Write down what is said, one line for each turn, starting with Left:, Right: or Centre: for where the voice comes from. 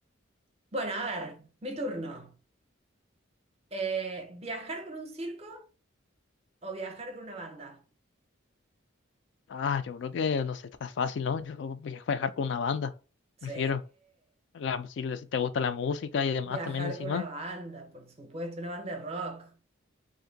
Right: Bueno, a ver, mi turno. Eh, ¿viajar con un circo o viajar con una banda?
Left: Ah, yo creo que, no sé, está fácil, ¿no? Yo voy a viajar con una banda,
Right: Sí,
Left: prefiero. La, si, si te gusta la música y demás
Right: viajar
Left: también encima,
Right: con una banda, por supuesto, una banda de rock.